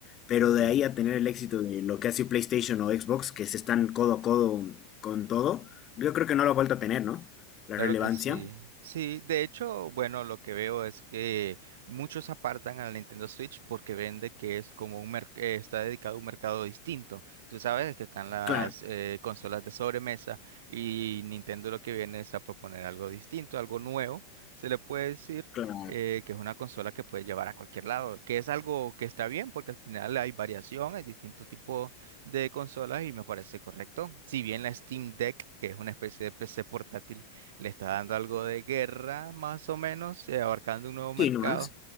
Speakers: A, on the left; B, on the right.
A: pero
B: Sí.
A: de ahí a tener el éxito de lo que ha sido PlayStation o Xbox, que se están codo a codo con todo, yo creo que no lo ha vuelto a tener, ¿no? La
B: Claro
A: relevancia.
B: que sí. Sí, de hecho, bueno, lo que veo es que muchos apartan a la Nintendo Switch porque vende que es como un merc- eh, está dedicado a un mercado distinto. Tú sabes que están las
A: Claro,
B: eh, consolas de sobremesa y Nintendo lo que viene es a proponer algo distinto, algo nuevo. Se le puede decir
A: claro.
B: eh, que es una consola que puede llevar a cualquier lado, que es algo que está bien porque al final hay variación, hay distintos tipos de consolas y me parece correcto. Si bien la Steam Deck, que es una especie de PC portátil le está dando algo de guerra, más o menos, eh, abarcando un nuevo mercado.
A: Sí, nomás.